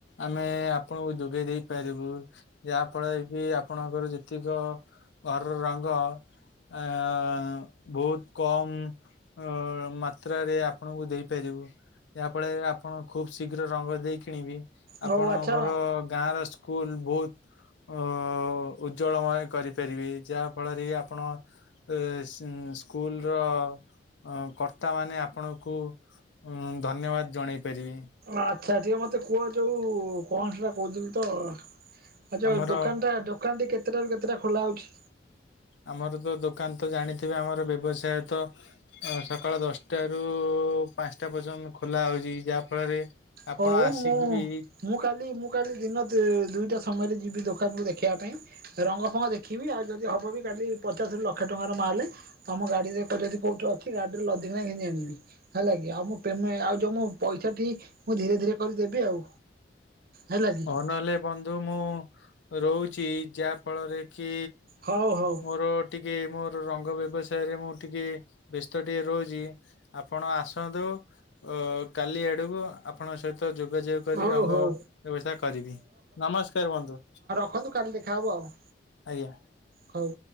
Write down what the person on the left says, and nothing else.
ଆମେ ଆପଣଙ୍କୁ ଯୋଗେଇ ଦେଇପାରିବୁ। ଯେ ଆପଣ ଏଜି ଆପଣଙ୍କର ଯେତିକ ଘରର ରଙ୍ଗ ଆଁ ବୋହୁତ୍ କମ୍ ଉଁ ମା ମାତ୍ରରେ ଆପଣଙ୍କୁ ଦେଇପାରିବୁ, ଆପଣ ଏଆ ଆପଣ ଖୁବ ଶୀଘ୍ର ରଙ୍ଗ ଦେଇ କିଣିବି।
ଆପଣଙ୍କର
ଗାଁର ସ୍କୁଲ ବହୁତ୍ ଓ ଉଜ୍ଜଳମୟ କରିପାରିବେ ଯାହା ଫଳରେ ଆପଣ ଏ ସିଙ୍ଗ୍ ସ୍କୁଲର କରତ୍ କର୍ତ୍ତାମାନେ ଆପଣଙ୍କୁ ଉଁ ଧନ୍ୟବାଦ ଜଣେଇ ପାରିବି।
ଆମର
ଆମର ତ ଦୋକାନ ତ ଜାଣିଥିବେ ଆମର ବ୍ୟବସାୟ ତ ଅ ସକାଳ ଦଶଟା ରୁ ପାଞ୍ଚଟା ପର୍ଯ୍ୟନ୍ତ ଖୋଲା ହଉଛି ଯାହା ଫଳରେ ଆପଣ
ଆସିକି
ବି
ହଉ ନହେଲେ ବନ୍ଧୁ ମୁଁ ରହୁଛି ଯାହା ଫଳରେ କି
ମୋର ଟିକେ ମୋର ରଙ୍ଗ ବ୍ୟବସାୟରେ ମୁଁ ଟିକେ ବ୍ୟସ୍ତ ଟିକେ ରହୁଛି ଆପଣ ଆସ୍ ସନ୍ତୁ ଅ କାଲି ଆଡକୁ ଆପଣଙ୍କ ସହିତ ତ ଯୋଗାଯୋଗ କରି
ରଙ୍ଗ
ବ୍ୟବସାୟ କରିବି ନମସ୍କାର ବନ୍ଧୁ।
ଆଜ୍ଞା।